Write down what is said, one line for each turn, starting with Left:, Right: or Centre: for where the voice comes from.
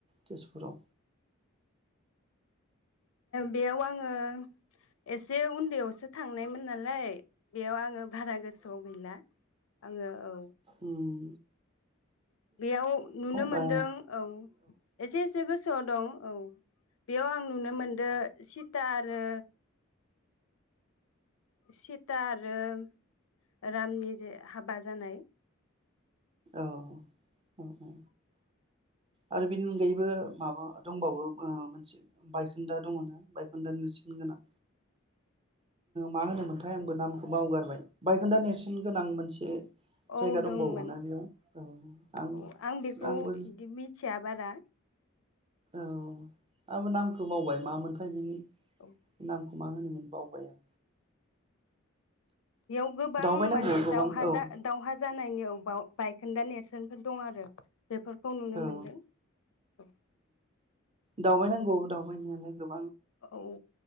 Right: तेजपुराव
Left: बेयाव आङो एसे उन्दैयावसो थांनायमोन नालाय बेयाव आङो बारा गोसोआव गैला आङो औ
Right: उम।
Left: बेयाव नुनो मोनदों
Right: बा
Left: औ एसे एसे गोसो आव दं औ बेयाव आं नुनो मोनदों सिटार आरो सिता आरो रामनि जे हाबा जानाय
Right: औ। अ औ। आरो बिनि अनगायैबो माबा दंबावो मोनसे बायखोन्दा दङ' ना बायखोन्दानि सिन गोनां। मा होनोमोनथाय आंबो नाम बावगारबाय बायखोन्दा नेरसोन गोनां मोनसे जायगा
Left: औ
Right: दंबावोना
Left: दंमोन।
Right: बेयाव औ आं
Left: औ बेखौ
Right: आंबो
Left: बिदि मिथिया बारा
Right: औ आंबो नामखौ मावबाय मामोनथाय बिनि
Left: औ
Right: नाम खो मा होनोमोन बावबाय आं
Left: बेयाव गोबां
Right: दावबायनांगौ
Left: माने
Right: गोबां
Left: दावहा
Right: औ
Left: दा दावहा जानायनि अबाव बाइक खोन्दा नेरसोनफोर दं आरो बेफोरखौ नुनो
Right: औ
Left: मोनदों औ।
Right: दावबायनांगौ दावबायनायालाय गोब
Left: औ